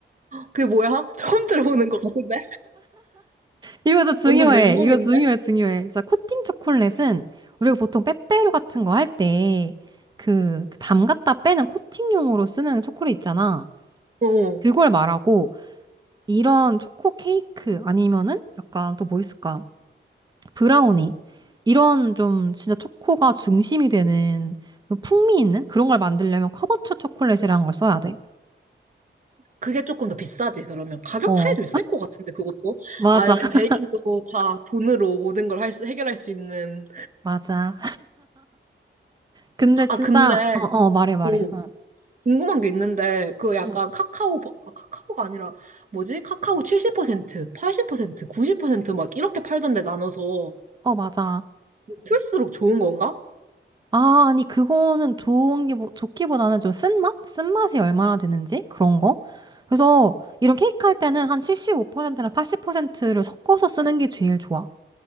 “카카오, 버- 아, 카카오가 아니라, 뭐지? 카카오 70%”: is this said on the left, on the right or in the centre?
Right